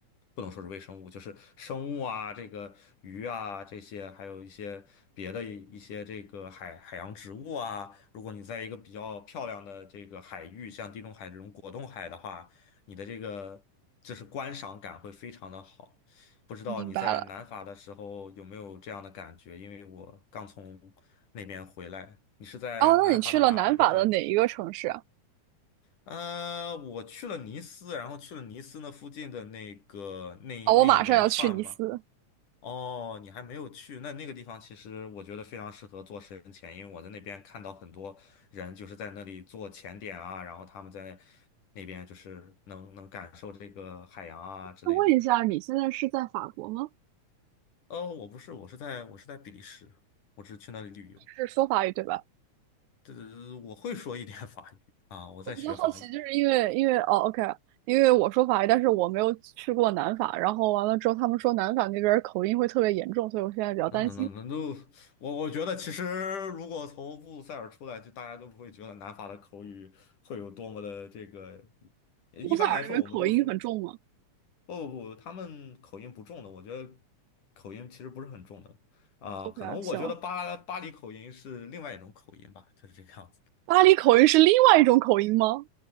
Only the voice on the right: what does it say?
这明白了。
哦，那你去了南法的哪一个城市啊？
哦，我马上要去尼斯。
那问一下，你现在是在法国吗？
是说法语对吧？
我比较好奇，就是因为因为哦，OK，因为我说法语，但是我没有去过南法。然后完了之后，他们说南法那边儿口音会特别严重，所以我现在比较担心。
乌塞尔那边口音很重吗
？OK，
行。
巴黎口音是另外一种口音吗？